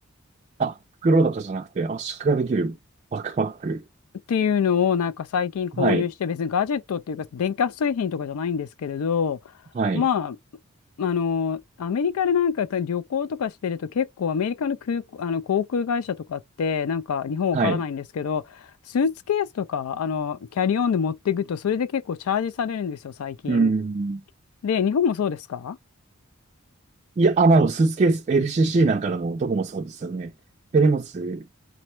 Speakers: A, on the right; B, on the left.
A: あ、袋とかじゃなくて圧縮ができるバックパック。
B: っていうのをなんか最近購入して別にガジェットっていうか電化製品とかじゃないんですけれど
A: はい。はい。
B: まああのアメリカでなんか旅行とかしてると結構アメリカの空港、あの航空会社とかってなんか日本わからないんですけどスーツケースとかあのキャリーオンで持っていくとそれで結構チャージされるんですよ最近。
A: はい。うん。
B: で日本もそうですか
A: いや、あ、まあ、スーツケース、LCC なんかでもどこもそうですよね。手荷物